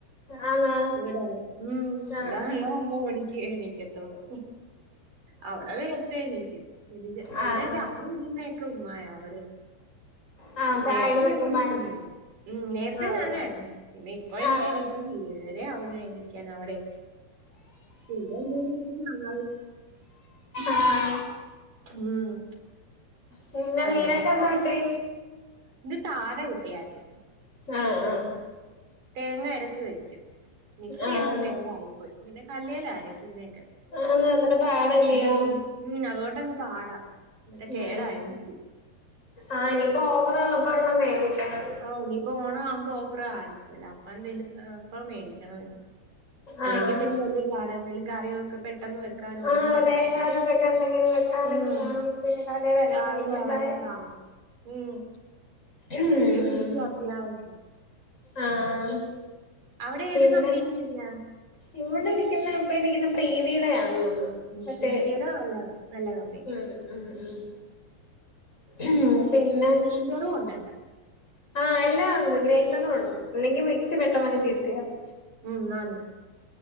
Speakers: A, on the left (about 15°); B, on the right (about 45°).
A: ആണോ
B: ഇവിടെ ഉം
A: ആ ആ
B: ഇവിടെ വന്നാ ഒമ്പത് മണിക്ക് എണിക്കത്തൊള്ളു അവിടെ വേ നേരെത്തെണീക്കും
A: ആ
B: പിന്നെ
A: ആ ആ
B: ചായ വെക്ക്ന്നൊക്കെ ഉമ്മായ അവിടെ
A: ആ ചായ
B: നേരത്തെ
A: ഇടുന്ന
B: <unintelligible>
A: നിക്കുമ്പായാണ്
B: ഉം നേരത്തെ
A: ആഹ്
B: ഞാനായിരുന്നു പിന്നെ ഇപ്പ എനക്ക്ണീക്കുന്നു
A: ആ ആ
B: ഏഴര ആവുന്ന എണീക്കാൻ അവിടെ പിന്നെന്താ ജോലി ഉം
A: ആഹ്
B: <unintelligible>
A: പിന്നെ
B: അങ്ങനെ
A: മീനൊക്കെ എന്ത്‌ കിട്ടി
B: ഇന്ന് താട കിട്ടിയാര്ന്നു
A: ആഹ് ആഹ്
B: തേങ്ങ അരച്ച് വെച്ച് മിക്സി
A: ആഹ്
B: അങ്ങ് കേടായിപ്പോയി പിന്നെ കല്ലേലാ അരക്കുന്നൊക്കെ
A: ആന്ന് അങ്ങനെ പാടല്ല്യാ
B: മം ഉം അതുകൊണ്ടങ്ങ് പാടാം
A: ഉം
B: കേടായി മിക്സ്സി
A: ആഹ് ഇനിയിപ്പോ ഓഫറുള്ളപ്പോ ഒരെണ്ണം മേടിക്കണം
B: ആഹ് ഇനിയിപ്പോ ഓണം ആവുമ്പോ ഓഫറയിരിക്കും അല്ലേ അപ്പ അപ്പ എന്തേലിലും ഇപ്പ മേടിക്കണഇനി, അല്ലെങ്കിൽ
A: ആഹ്
B: പിന്നെ വലിയ പാട എന്തെങ്കലും കറി ഒക്കെ പെട്ടെന്ന് പെട്ടെന്ന് വെക്കാനും
A: ആഹ്
B: ഒന്നും പറ്റത്തില്ല
A: തേങ്ങ അരച്ചൊക്കെ എന്തെങ്കിലും വെക്കാനൊക്കെ
B: ഉം
A: കാണും പിന്നെ തലേൽ അരക്കാൻ
B: രാവിലെ
A: നിക്കണ്ടായെ
B: ആയാലും ആഹ് മ്മ്
A: ഉം
B: ഏത് മിക്സി അത്യാവശ്യം,
A: ആഹ്
B: അവിടെ
A: പിന്നെ
B: ഏത് കമ്പനിയ ഹലോ
A: ഇവിടെ ഇരിക്കുന്ന ഇപ്പംരിക്കുന്ന ഇപ്പംപ്രീതിയുടെയാണ് തോന്നുന്നു
B: ഉം
A: മറ്റേ
B: പ്രീതിയുടെ നല്ല നല്ല കമ്പനിയ
A: ഉം ഉം ഉം പിന്നെ
B: ചെറവുണ്ടല്ലോ
A: ആഹ് എല്ലാണ്ട് ഗ്രൈൻഡറുണ്ട് അല്ലെങ്കി മിക്സി പെട്ടെന്നങ്ങ് ചീത്തയാവും
B: ഉം ആണ്